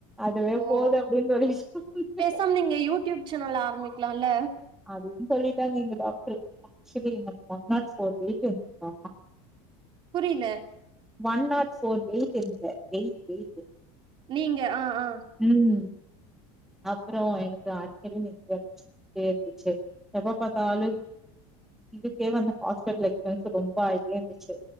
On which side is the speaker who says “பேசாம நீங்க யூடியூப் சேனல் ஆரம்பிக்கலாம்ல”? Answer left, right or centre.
Right